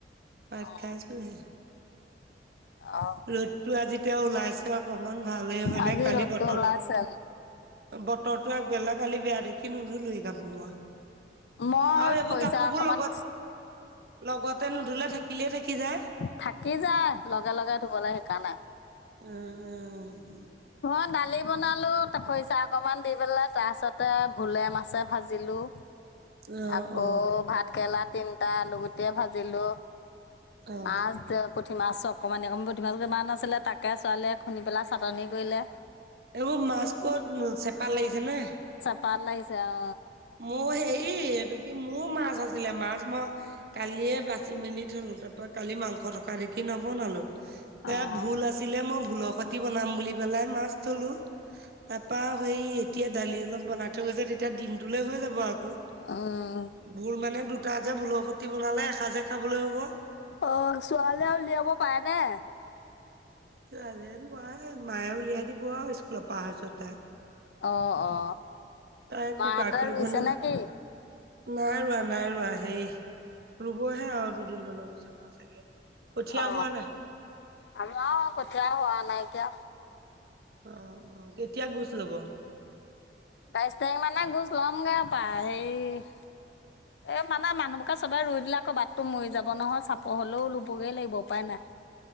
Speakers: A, on the right (about 60°); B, on the left (about 75°).
A: ভাত
B: অ
A: খাইছো হে।
B: অ
A: ৰ'দটো আজিতিয়া ওলাইছে অকমান ভালেই হয়
B: আজি
A: নে কালি
B: ৰ'দটো
A: বতৰত
B: ওলাইছে
A: বতৰটো আগবেলা কালি বেয়া দেখি নোধোলোৱে কাপো মই।
B: মই
A: আৰু এইবোৰ
B: খৰিচা
A: কাপোৰবোৰ
B: অকমান
A: লগত লগতে নুধুলে থাকিলেই থাকি যায়।
B: থাকি যায় লগে লগে ধুব লাগে সেইকাৰণে
A: উম উম
B: মই দালি বনালোঁ ত খৰিচাহ অকণমান দি পেলাই তাৰপিছতে ভোলে মাছে ভাজিলোঁ
A: অ'
B: আকৌ
A: অ' অ'
B: ভাত কেৰেলাত তিনটা আলু গুটি ভাজিলো
A: অ'
B: মাছ পুঠি মাছ অকণমানি অকণমানি পুঠি মাছ কিমান আছিলে তাকে ছোৱালীয়ে খুন্দি পেলাই চাটনি কৰিলে
A: এইবোৰ মাছ ক'ত চেপা লাগিছে নে
B: পাত লাগিছে অ
A: মোৰ হেৰি এইটো কি মোৰ মাছ আছিলে মাছ মই কালিয়ে বাচি মেলি থলো। তাৰ পৰাৰা কালি মাংস থকা দেখি নবনালো
B: অ অ
A: এ ভুল আছিলে মই ভোুল খতি বনাম বুলি পেলাই মাছ ধলোঁ। তাৰপা সেই এতিয়া দালি অলপ বনাই থৈ গৈছে তেতিয়া দিন দলে হৈ যাব আকৌ
B: উম
A: ভুল মানে দুটা যে ভুলৰকতি বনালে এসাঁজে খাবলৈ হ'ব।
B: অ', ছোৱালীয়ে আৰু উলিয়াব পাৰে নে।
A: ছোৱালীয়ে নোৱাৰে মায়ে উলিয়াই দিব আৰু স্কুলত পাৰ হৈছ তাই
B: অ', অ
A: তাই কুকাৰ
B: মাহতৰ
A: খুলিব
B: ৰুইছে
A: নাজানে।
B: নে কি?
A: নাই ৰোৱা, নাই ৰোৱা, সেই ৰুবহে আৰু দুদিন মানৰ পিছৰ মা চাগে। কঠীয়া
B: অ',
A: হোৱা নাই।
B: আমাৰ কঠিয়াৰ হোৱা নাই কিয়।
A: আহ, অ কেতিয়া গুচ লব।
B: বাইশ তাৰিখ মানে গুছ ল'মগে পা হেই এ মানে মানুহবোৰোকে চবে ৰুই দিলে আকৌ বাটটো মৰি যাব নহয় চাপৰ হলেও লবগৈ লাগিব উপায় নাই।